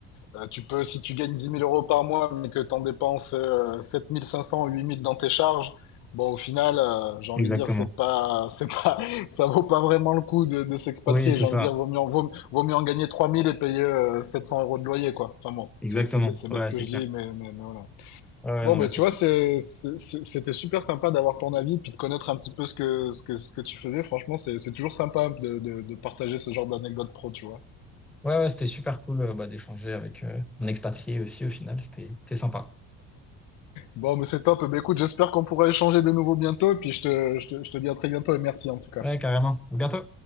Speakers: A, on the left; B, in the centre.
A: Euh, tu peux, si tu gagnes 10 000 euros par mois, mais que tu en dépenses euh, 7 500 ou 8 000 dans tes charges, bon, au final, euh, j'ai envie
B: Exactement.
A: de dire, c'est pas, c'est pas, <laughs> ça vaut pas vraiment le coup de, de s'expatrier.
B: Oui, c'est
A: J'ai
B: ça.
A: envie de dire, vaut mieux, en- vaut, vaut mieux en gagner 3 000 et payer euh, 700 euros de loyer, quoi. Enfin bon,
B: Exactement.
A: c'est c'est bête c'est
B: Ouais,
A: bête ce que
B: c'est
A: je
B: clair.
A: dis, mais, mais, mais voilà.
B: Ouais, ouais,
A: Bon,
B: non,
A: ben,
B: mais c'est
A: tu vois,
B: cool.
A: c'est, c'est- c'est- c'était super sympa d'avoir ton avis, puis de connaître un petit peu ce que, ce que, ce que tu faisais. Franchement, c'est c'est toujours sympa de, de, de partager ce genre d'anecdote pro, tu vois.
B: Ouais, ouais, c'était super cool euh, bah, d'échanger avec euh, un expatrié aussi au final. C'était c'était sympa.
A: Bon, mais c'est top. Eh Ben, écoute, j'espère qu'on pourra échanger de nouveau bientôt. Et puis je te, je te, je te dis à très bientôt et merci en tout cas.
B: Ouais, carrément. À bientôt.